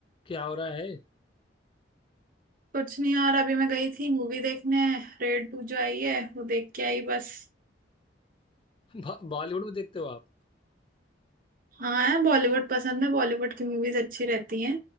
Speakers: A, on the left; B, on the right.
A: क्या हो रहा है
B: कुछ नहीं यार अभी मैं गई थी मूवी देखने रेड टू जो आई है वो देख के आई बस
A: बा- बॉलीवुड में देखते हो आप
B: हाँ है बॉलीवुड पसंद है बॉलीवुड की मूवीज अच्छी रहती हैं